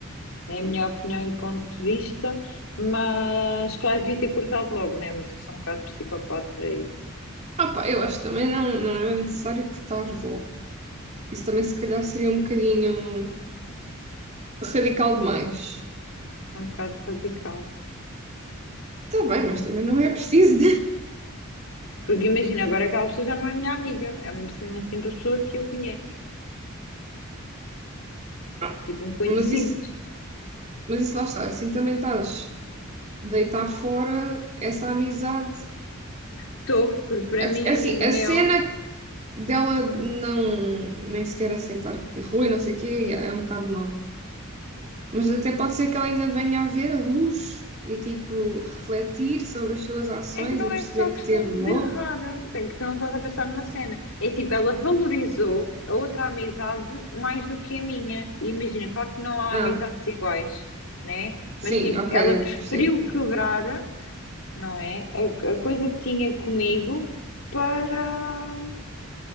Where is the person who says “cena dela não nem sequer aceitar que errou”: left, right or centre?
Right